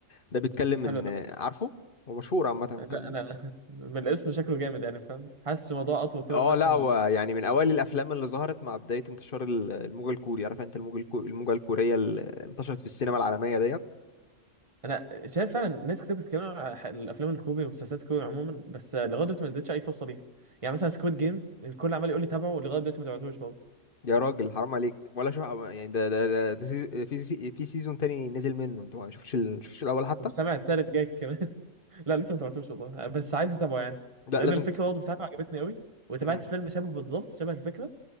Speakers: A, on the left; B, on the right.
A: ده بيتكلم
B: حلو
A: إن آه،
B: أوي.
A: عارفه هو مشهور عامة
B: لا
A: كان
B: انا <laughs> من الاسم شكله جامد يعني فاهم حاسس الموضوع اطول كده
A: اه
B: ونفس
A: لا
B: ال...
A: هو يعني من أوائل الأفلام اللي ظهرت مع بداية انتشار ال- الموجة الكوري عارف أنت الموجة الكو- الموجة الكورية اللي انتشرت في السينما العالمية ديت
B: انا شايف فعلا ناس كتير بتتكلم على ح- الافلام الكوري ومسلسلات الكوري عموما بس لغايه دلوقتي ما اديتش اي فرصه ليهم يعني مثلا سكويد جيمز الكل عمال يقول لي تابعه ولغايه دلوقتي ما تابعتوش برضه
A: يا راجل حرام عليك ولا شو يعني ده ده ده, ده سيز- في سي- في سيزون تاني نزل منه انت ما شفتش ال... شفتش الاول حتى
B: والسامع التالت جاي كمان <laughs> لا لسه ما تابعتوش والله بس عايز اتابعه يعني
A: لا
B: لان
A: لازم
B: الفكره
A: ت...
B: برضه بتاعته عجبتني قوي وتابعت
A: مم.
B: فيلم شبه بالظبط شبه الفكره